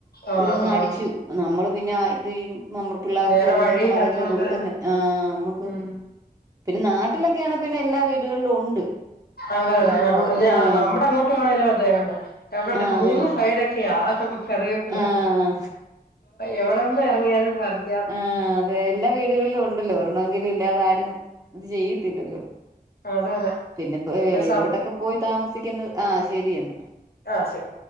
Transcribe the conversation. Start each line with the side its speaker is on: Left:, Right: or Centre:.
Left: ആഹ്
Right: ഓരോന്ന്
Left: ആഹ്
Right: അടിച്ചു നമ്മള് പിന്നെ ഇത് നമ്മള് പിള്ളേർക്കും
Left: വേറെ
Right: എല്ലാം
Left: വഴിയില്ലാത്തോണ്ട്
Right: നമ്മൾ അതെല്ലാം കൊടുക്കുന്ന ആഹ നമ്മുക്ക്
Left: ഉം
Right: പിന്നെ നാട്ടിലൊക്കെയ ആണ പിന്നെ എല്ലാ വീടുകളിലും ഉണ്ട്
Left: അതെ
Right: നമുക്ക് പോയി
Left: അതെ
Right: ആഹ്
Left: ആ നമ്മുടെ അങ്ങോട്ട് വേണെലും അതെണ്ട് എവിടെ
Right: ആഹ് അതെ
Left: മൂന്ന് സൈഡൊക്കെയാ കറിവേപ്പില
Right: ആഹ്
Left: എവിടെന്ന് ഇറങ്ങിയാലും പറിക്കാം
Right: ആഹ അത എല്ലാ വീടുകളിലും ഉണ്ടല്ലോ ഒരെണ്ണമെങ്കിലും ഇല്ലാതെ ആരും ഇത് ചെയ്യത്തില്ലല്ലോ
Left: അതെ അതെ
Right: പിന്നെപ്പോ
Left: എന്നാ
Right: വെളയിലോട്ടൊക്കെ പോയി താമസിക്കുന്നത് ആഹ ശരിയെന്ന
Left: ആഹ ശെരി